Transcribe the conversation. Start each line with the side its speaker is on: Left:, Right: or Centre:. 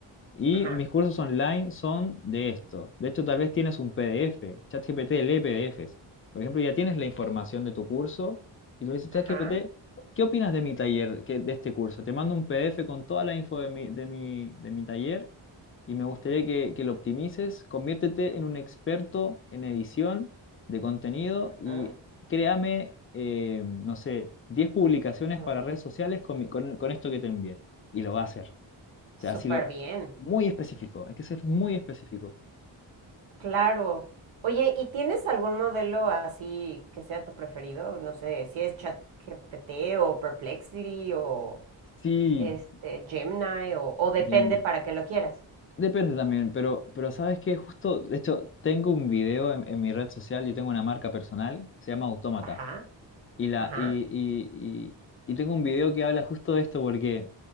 Left: Y
Right: Ajá,
Left: mis cursos online son de esto. De hecho, tal vez tienes un PDF. ChatGPT lee PDFs. Por ejemplo, ya tienes la información de tu curso y tú le dices, ChatGPT,
Right: ajá.
Left: ¿qué opinas de mi taller, que- de este curso? Te mando un PDF con toda la info de mi, de mi, de mi taller y me gustaría que, que lo optimices. Conviértete en un experto en edición de contenido y
Right: ah,
Left: créame, eh, no sé, diez publicaciones
Right: mm,
Left: para redes sociales con, mi- con, con esto que te envié. Y lo va a hacer. O sea,
Right: Súper
Left: así lo...
Right: bien.
Left: Muy específico, hay que ser muy específico.
Right: Claro. Oye, ¿y tienes algún modelo así que sea tu preferido? No sé, si es ChatGPT o Perplexity o
Left: Sí,
Right: este Gemini o, o depende
Left: Jamie.
Right: para qué lo quieras.
Left: Depende también, pero, pero sabes que justo, de hecho, tengo un video en, en mi red social, yo tengo una marca personal, se llama Autómata.
Right: Ajá,
Left: Y, la,
Right: ajá,
Left: y, y, y, y tengo un video que habla justo de esto porque